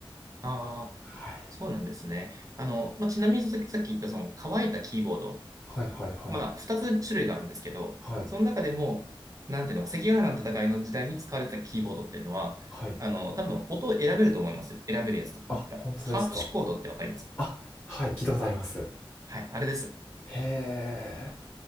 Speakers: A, on the right; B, on the left.
A: ああ、
B: はい、
A: そうなんですね。あの、まあ、ちなみに、さっきさっき言ったその乾いたキーボード。
B: はいはいはい
A: まあ、二つ種類があるんですけど、
B: はい
A: その中でも、なんていうのか、関ヶ原の戦いの時代に使われてたキーボードっていうのは、
B: はい
A: あの、多分音を選べると思いますよ。選べるやつとかだったら。
B: あ本当ですか
A: ハープシコードってわかりますか
B: あはい聞いたことありますへ
A: はい、あれです。
B: え